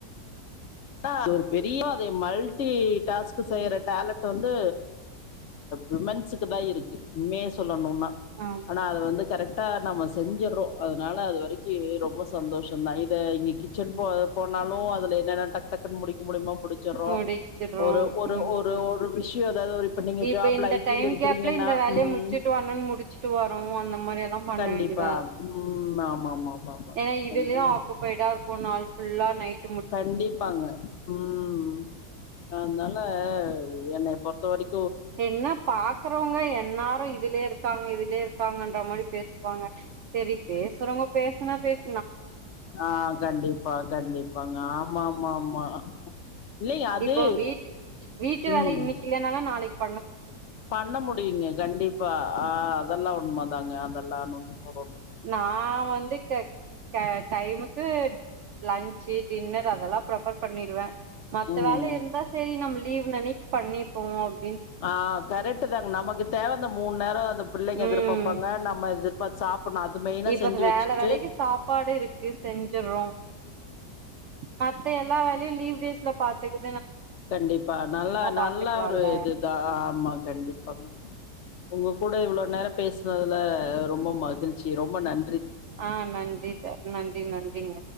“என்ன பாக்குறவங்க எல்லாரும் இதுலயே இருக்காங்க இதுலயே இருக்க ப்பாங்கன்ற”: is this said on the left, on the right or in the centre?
Right